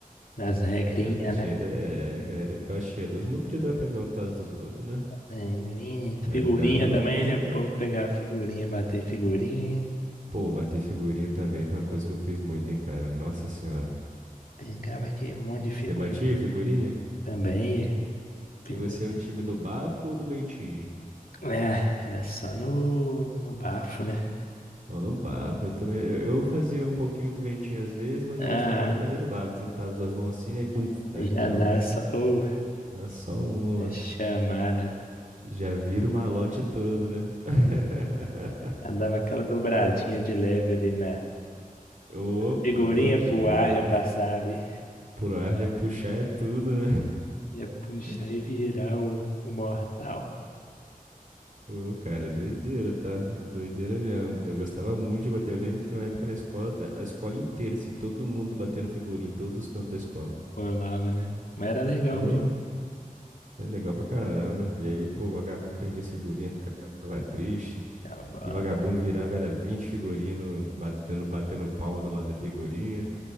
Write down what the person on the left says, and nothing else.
das regrinhas,
né?
Sangrinha.
Figurinha
também,
né? O povo pegava figurinha, bater figurinha.
Pegava aquele monte de figurinha
também. Figurinha.
É, era só no, no bafo, né?
Ah,
já dá
só o
é chamar, né?
Já dava aquela dobradinha de leve ali na
figurinha
pro ar já passar ali.
Ia puxar
e virar o, o mortal.
Bolava, né? Mas era legal
mesmo.
Tá bom.